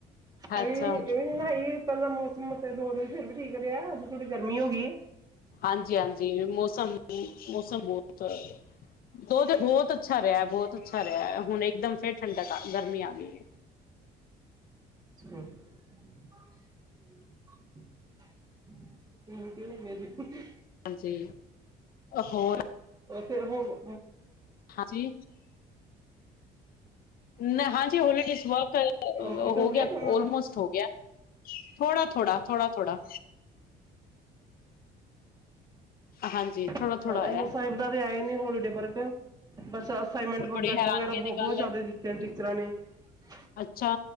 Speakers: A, on the right (about 25°); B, on the left (about 60°).
A: ਇਹ
B: ਅੱਛਾ
A: ਇਹ ਵੀ ਨਾ ਪਹਿਲਾਂ ਮੌਸਮ ਦੋ ਦਿਨ ਫਿਰ ਵੀ ਠੀਕ ਰਿਹਾ ਅੱਜ ਥੋੜੀ ਗਰਮੀ ਹੋ ਗਈ
B: ਹਾਂਜੀ ਹਾਂਜੀ ਮੌਸਮ ਮੌਸਮ ਬਹੁਤ ਦੋ ਦਿਨ ਬਹੁਤ ਅੱਛਾ ਰਿਹਾ। ਬਹੁਤ ਖਰਿਆ ਹੁਣ ਇੱਕਦਮ ਫੇਰ ਠੰਡਕ ਗਰਮੀ ਆ ਗਈ ਹੈ।
A: <inaudible>
B: ਹਾਂਜੀ। ਹੋਰ
A: ਉ ਉਹ
B: ਹਾਂਜੀ ਨਾ ਹਾਂਜੀ ਹੋਲੀਡੇ ਵਾਹ
A: ਕੰਪਲੀਟ
B: ਹੋ ਗਿਆ
A: ਦੋਨਾਂ
B: ੳਲਮੋਸਟ
A: ਦਾ
B: ਹੋ ਗਿਆ। ਥੋੜਾ ਥੋੜਾ ਥੋੜਾ ਥੋੜਾ ਹਾਂਜੀ ਥੋੜਾ
A: ਅੱਛਾ
B: ਥੋੜਾ ਆਇਆ
A: ਇੰਦ ਸਾਹਿਬ ਦਾ ਤੇ ਆਏ ਨੀ ਹੋਲੀ ਡੇਬਰ <inaudible> ਬਸ ਅਸਾਈਨਮੈਂਟ
B: ਬੜੀ
A: ਪ੍ਰੋਜੈਕਟ
B: ਹੈਰਾਨਗੀ
A: ਵਗੈਰਾ
B: ਦੀ
A: ਬਹੁਤ
B: ਗੱਲ
A: ਜ਼ਿਆਦਾ
B: ਹੈ
A: ਦਿੱਤੇ ਨੇ ਟੀਚਰਾਂ ਨੇ। ਹ
B: ਅੱਛਾ!